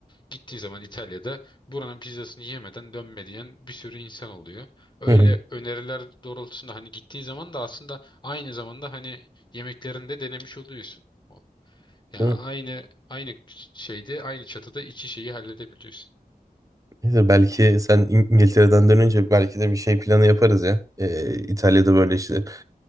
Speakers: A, on the left (about 30°); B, on the right (about 20°).
A: gittiği zaman İtalya'da buranın pizzasını yemeden dönme diyen bir sürü insan oluyor. Öyle
B: Hı hı.
A: öneriler doğrultusunda hani gittiği zaman da aslında aynı zamanda hani yemeklerini de denemiş oluyorsun. O- Ya
B: Değil
A: aynı
B: mi?
A: aynı şeyde aynı çatıda iki şeyi halledebiliyorsun.
B: Neyse, belki sen İng- İngiltere'den dönünce belki de bir şey planı yaparız ya. Ee, İtalya'da böyle işte